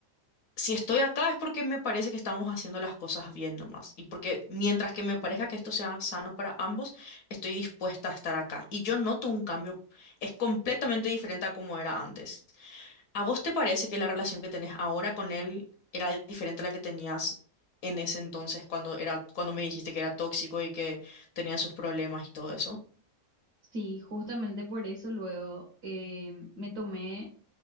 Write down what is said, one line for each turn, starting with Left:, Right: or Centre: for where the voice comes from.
Left: si estoy acá es porque me parece que estamos haciendo las cosas bien nomás. Y porque mientras que me parezca que esto sea sano para ambos, estoy dispuesta a estar acá. Y yo noto un cambio, es completamente diferente a como era antes. ¿A vos te parece que la relación que tenés ahora con él era diferente a la que tenías en ese entonces cuando era, cuando me dijiste que era tóxico y que tenía sus problemas y todo eso?
Right: Sí, justamente por eso luego eh, me tomé